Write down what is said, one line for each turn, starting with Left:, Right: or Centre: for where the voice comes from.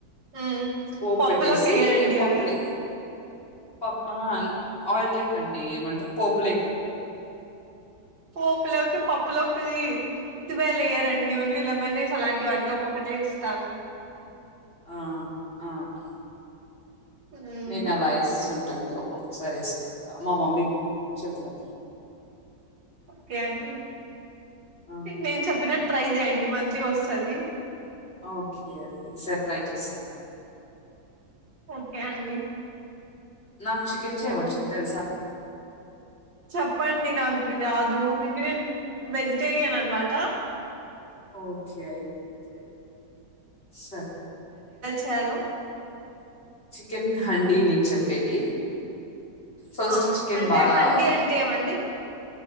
Right: హ్మ్
Left: పోపు
Right: పప్పులోకి
Left: పెట్టేసి
Right: ఏయరండి
Left: పప్పలే
Right: అవి
Left: పప్పు ఆన్ ఆయిల్ లైక్ అండి ఏమంటారు పోపులేక్
Right: పోపులోకి పప్పులోకి ఉద్ధిబేళ్లు ఏయ్యారండి ఓన్లీ లెమన్ రైస్ అలాంటి వాటిలో ఒక్కొక్క వేస్తారు
Left: ఆ ఆండి
Right: హ్మ్
Left: నేను అలా ఎస్సు ఉన్ టంది ఒక్కొక్కసారి వస్తుంటా మా మమ్మీ చెప్పినప్పు
Right: ఓకే అండి
Left: ఆ
Right: నేను చెప్పిన ట్రై చేయండి మంచిగా వస్తది.
Left: ఓకే అండి సారే ట్రై చేస్తా
Right: ఓకే అండి
Left: నాకు చికెన్ చేయవొచ్చు తెలుసా?
Right: చెప్పండి నాకు రాదు అంటే నేను వెజిటేరియన్ అన్నమాట.
Left: ఓకే అయితే సరే
Right: చాలో
Left: చికెన్ హండీ నేను చెప్పేది ఫస్ట్
Right: ఆ
Left: చికెన్
Right: అంటే
Left: బాగా
Right: హండి అంటే ఏమండి?